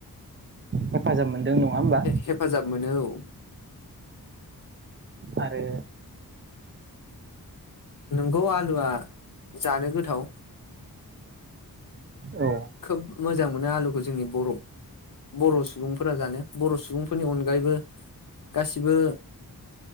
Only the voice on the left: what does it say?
हेफाजाब मोनो औ
नंगौ आलुआ जानो गोथाव
खोब मोज मोजां मोनो आलुखौ जोंनि बर' बर' सुबुंफोरा जानो बर' सुबुंफोरनि अनगायैबो गासिबो